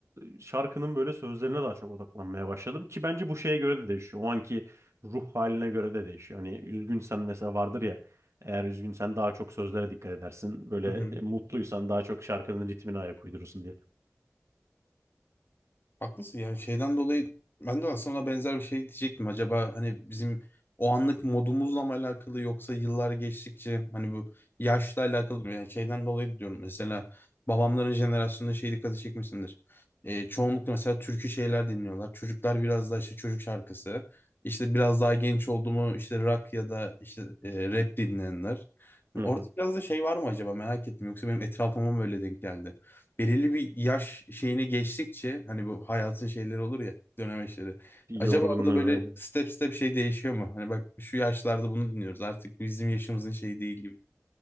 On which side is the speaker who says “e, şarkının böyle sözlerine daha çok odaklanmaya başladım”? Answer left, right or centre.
Right